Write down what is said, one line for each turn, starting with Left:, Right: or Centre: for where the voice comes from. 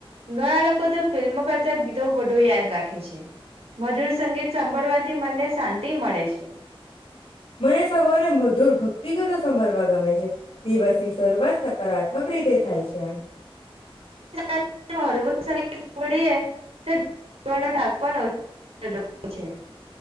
Right: ઘણા લોકો તો ફિલ્મો કરતા ગીતો વધુ યાદ રાખે છે. મધુર સંગીત સાંભળવાથી મને શાંતિ મળે છે.
Left: મને સવારે મધુર ભક્તિગતો સમરવા ગમે છે. દિવસની શરૂવાત હકારાત્મક રીતે થાય છે.
Right: <unintelligible> હળવું સંગીત સાંભળીયે તો દિવસ નો થાક પણ ઓછો થાય છે.